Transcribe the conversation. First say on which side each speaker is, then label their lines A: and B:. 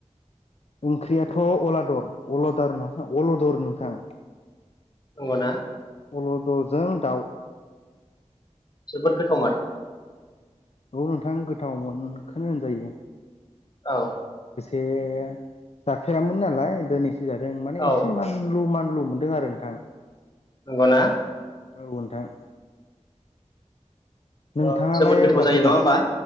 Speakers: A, on the left (about 60°); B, on the left (about 35°).
A: ओंख्रियाथ' अलादर अलादार नङा अलदर नोंथां।
B: नंगौना?
A: अलदरजों दाउ।
B: जोबोद गोथाव माथो।
A: औ नोंथां गोथावमोनखोनो होनजायो।
B: औ।
A: ए जाफेरामोन नालाय दोनैसो जादों माने
B: औ
A: एसे मानलु मान लु मोनदों आरो नोंथां।
B: नंग'ना?
A: औ नोंथां। नोंथाङालाय
B: अह जोबोद गोथाव
A: जाफेरबाय
B: जायो, नङा होमबा?